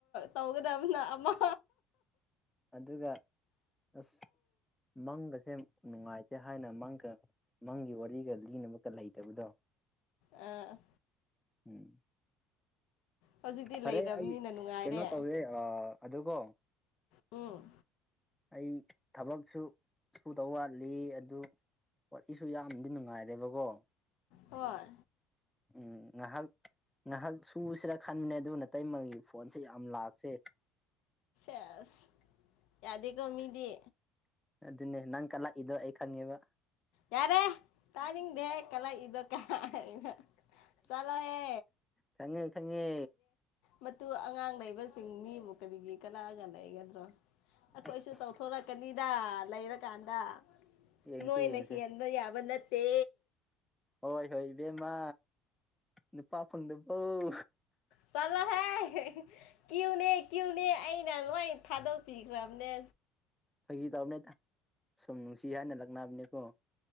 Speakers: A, on the left (about 75°); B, in the centre.
A: ꯇꯧ ꯒꯗꯕꯅ ꯑꯃ
B: ꯑꯗꯨꯒ ꯑꯁ ꯃꯪꯒꯁꯦ ꯅꯨꯡꯉꯥꯏꯇꯦ ꯍꯥꯏꯅ ꯃꯪꯒ ꯃꯪꯒꯤ ꯋꯥꯔꯤꯒ ꯂꯤꯅꯕꯒ ꯂꯩꯇꯕꯗꯣ
A: ꯑ
B: ꯎꯝ
A: ꯍꯧꯖꯤꯛꯇꯤ
B: ꯐꯔꯦ
A: ꯂꯩꯔꯕꯅꯤꯅ
B: ꯑꯩ
A: ꯅꯨꯡꯉꯥꯏꯔꯦ
B: ꯀꯩꯅꯣ ꯇꯧꯋꯦ ꯑꯥ ꯑꯗꯨꯒꯣ
A: ꯎꯝ
B: ꯑꯩ ꯊꯕꯛꯁꯨ ꯁꯨꯗꯧ ꯋꯥꯠꯂꯤ ꯑꯗꯨ ꯋꯥꯔꯤꯁꯨ ꯌꯥꯝꯗꯤ ꯅꯨꯡꯉꯥꯏꯔꯦꯕꯀꯣ
A: ꯍꯣꯏ
B: ꯎꯝ ꯉꯍꯥꯛ ꯉꯥꯏꯍꯥꯛ ꯁꯨꯁꯤꯔꯥ ꯈꯟꯕꯅꯦ ꯑꯗꯨ ꯅꯥꯇꯩꯃꯒꯤ ꯐꯣꯟꯁꯦ ꯌꯥꯝ ꯂꯥꯛꯈ꯭ꯔꯦ
A: ꯑꯦꯁ ꯌꯥꯗꯦꯀꯣ ꯃꯤꯗꯤ
B: ꯑꯗꯨꯅꯦ ꯅꯪ ꯀꯜꯂꯛꯏꯗꯣ ꯑꯩ ꯈꯪꯉꯦꯕ
A: ꯌꯥꯔꯦ ꯇꯥꯅꯤꯡꯗꯦꯍꯦ ꯀꯜꯂꯛ ꯏꯗꯣ ꯀꯥꯏꯅ ꯆꯂꯣ ꯍꯦ꯫
B: ꯈꯪꯉꯦ ꯈꯪꯉꯦ
A: ꯃꯇꯨ ꯑꯉꯥꯡ ꯂꯩꯕꯁꯤꯡ ꯃꯤꯕꯨ ꯀꯔꯤꯒꯤ ꯀꯂꯛꯑꯒ ꯂꯩꯒꯗ꯭ꯔꯣ ꯑꯈꯣꯏꯁꯨ
B: ꯑꯁ ꯑꯁ
A: ꯇꯧꯊꯣꯔꯛ ꯀꯅꯤꯗ ꯂꯩꯔꯀꯥꯟꯗ
B: ꯌꯦꯡꯁꯤ
A: ꯅꯣꯏꯅ
B: ꯌꯦꯡꯁꯤ
A: ꯍꯦꯟꯕ ꯌꯥꯕ ꯅꯠꯇꯦ꯫
B: ꯍꯣꯏ ꯍꯣꯏ ꯏꯕꯦꯝꯃ ꯅꯨꯄꯥ ꯐꯪꯗꯕꯧ
A: ꯆꯠꯂꯣꯍꯦ ꯍꯦꯍꯦ ꯀ꯭ꯌꯨꯅꯦ ꯀ꯭ꯌꯨꯅꯦ ꯑꯩꯅ ꯂꯣꯏ ꯊꯥꯗꯣꯛꯄꯤꯈ꯭ꯔꯕꯅꯦ
B: ꯐꯒꯤ ꯇꯧꯕꯅꯦꯗ ꯁꯨꯝ ꯅꯨꯡꯁꯤ ꯍꯥꯏꯅ ꯂꯛꯅꯕꯅꯦꯀꯣ